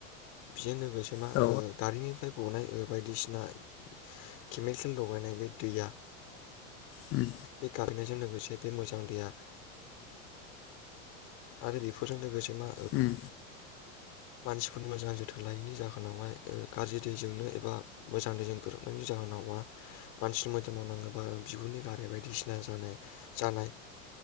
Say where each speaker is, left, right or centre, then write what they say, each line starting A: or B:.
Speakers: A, on the left; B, on the left.
A: बेजोंनो। लोगोसे मा
B: औ
A: दारिमिननिफ्राय। गनाय ओ बायदिसिना केमिकेल लगायनाय बे दैया।
B: उम
A: बे गारनायजों लोगोसे बे मोजां दैया। आरो बेफोरजों लोगोसे मा
B: उम
A: मानसिफोरनि मोजां जोथोन लायैनि जाहोनावहाय गाज्रि दैजोंनो एबा मोजां दैजों गोरोबनायनि जाहोनाव मा मानसिनि मोदोम मावनाङोबा बिबुरनि गारि बायदिसिना जानाय जानाय।